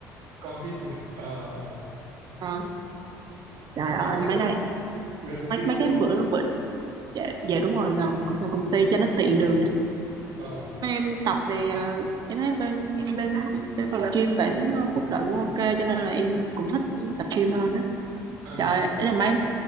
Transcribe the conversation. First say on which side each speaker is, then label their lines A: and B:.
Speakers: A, on the right (about 70°); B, on the right (about 50°).
A: Covid thì... Ờ, ờ,
B: Ờ, trời
A: chắc
B: ơi,
A: là cũng
B: mấy nay
A: gần công
B: mấy
A: ty
B: mấy
A: đúng
B: cái
A: không?
B: bữa bữa dạ, dạ đúng rồi gần cũng gần công ty cho nó tiện đường
A: Ờ,
B: bên em đi tập thì ờ, em thấy bên bên bên phòng gym bản phúc lợi cũng ok cho nên là em cũng thích tập gym hơn á
A: à,
B: trời ơi, ấy là mấy